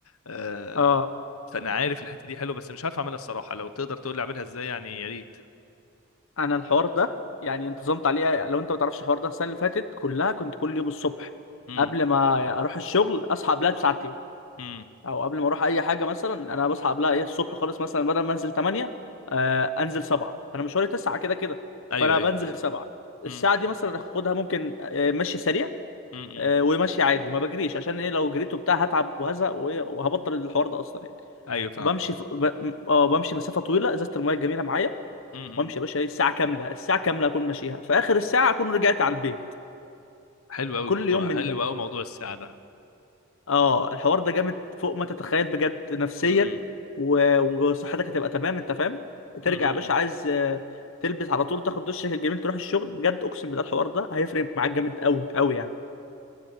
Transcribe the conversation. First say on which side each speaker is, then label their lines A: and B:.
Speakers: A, on the left (about 90°); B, on the left (about 65°).
A: آه،
B: اه
A: فانا عارف الحته دي حلوه بس مش عارف اعملها الصراحه لو تقدر تقول لي اعملها ازاي يعني يا ريت
B: انا الحوار ده يعني انتظمت عليه لو انت ما تعرفش الحوار ده السنه اللي فاتت كلها كنت كل يوم الصبح
A: امم
B: قبل ما اروح الشغل اصحى قبلها بساعتين
A: امم
B: او قبل ما اروح اي حاجه مثلا انا بصحى قبلها ايه الصبح خالص مثلا بدل ما انزل 8 آه انزل 7 انا مشواري 9 كده كده
A: ايوه
B: فانا
A: ايوه
B: بنزل 7 الساعه
A: امم
B: دي مثلا اخدها ممكن آه، مشي سريع
A: امم، امم.
B: آه، ومشي عادي ما بجريش عشان ايه لو جريت وبتاع هتعب وهزق وإيه، وهبطل الحوار ده اصلا يعني
A: ايوه فاهمك
B: بمشي ف... ب... اه بمشي مسافه طويله ازازه الميه الجميله معايا
A: امم
B: وامشي يا باشا إيه، الساعه كامله الساعه كامله اكون ماشيها في اخر الساعه اكون رجعت على البيت
A: حلو قوي
B: كل
A: موضوع
B: يوم من
A: حلو
B: ده
A: قوي موضوع الساعه ده
B: اه الحوار ده جامد فوق ما تتخيل بجد نفسيا
A: امم
B: و... وصحتك هتبقى تمام انت فاهم ترجع
A: امم
B: يا باشا عايز آه، تلبس على طول تاخد دشك الجميل تروح الشغل بجد اقسم بالله الحوار ده هيفرق معاك جامد قوي قوي يعني